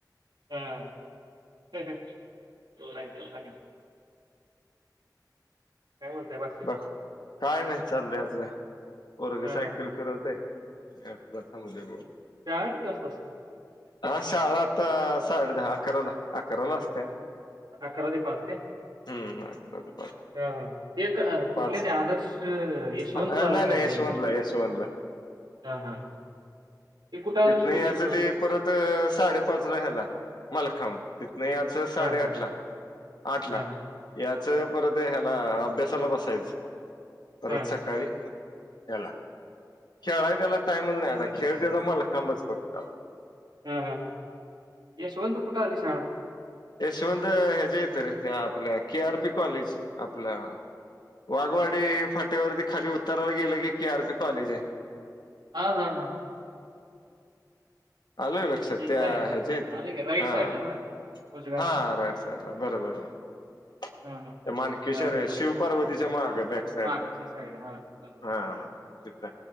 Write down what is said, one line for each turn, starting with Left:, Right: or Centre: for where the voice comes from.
Right: हा <unintelligible> काय म्हणतय बाकी,
Left: बस काय नाही चाललंय आपल्या पोरग
Right: हा
Left: सायकल
Right: हा हा
Left: फिरवतेय. मी आपला थांबलोय मो
Right: शाळा किती वाजता असते.
Left: हा शाळा तर साडे दहा अकराला अकराला असते.
Right: अकरा ते पाच ते
Left: हम्म अकरा ते
Right: हा हा ते
Left: पाच
Right: कुठले ते आदर्श यशवंत
Left: पाच
Right: बालक
Left: नाही नाही
Right: मध्ये
Left: यशवंतला
Right: ना.
Left: यशवंतला
Right: हा हा,, ते कुठं आलं
Left: तिथन
Right: स्कूल
Left: याचं
Right: यशवंत?
Left: ते परत साडेपाचला ह्याला मालखांम ति नाही याच साडेआठ
Right: हा हा
Left: ला आठ ला
Right: हा
Left: या परत ह्याला अभ्यासाला बसायच परत
Right: हा
Left: सकाळी. त्याला खेळाय त्याला टाइमच नाही आता खेळ त्याचा मला खांबच फक्त.
Right: हम् हम हम यशवंतु कुठ आलीशाळा.
Left: यशवंत ह्या जे येत रे, त्या आपल्या के आर पी कॉलेज आपलं वाघवाडी फाट्यावरती खाली उत्तराला गेलं की के आरपी कॉलेज आहे.
Right: हां हां हां.
Left: अल का लक्षात?
Right: तिथं
Left: त्या
Right: आहे होय.
Left: ह्याच्या इथं,
Right: आलं की राईट
Left: हां,
Right: साईडला ना उजव्या
Left: हा
Right: हाताला.
Left: राईट साइडला. बरोबर बरोबर.
Right: हा हा हा.
Left: मानकेश्वर
Right: चालेल
Left: आहे
Right: चालेल
Left: शिवपार्वतीच्या माग, बॅक साइडला.
Right: मागची साईड हा बरोबर.
Left: हा तिथ.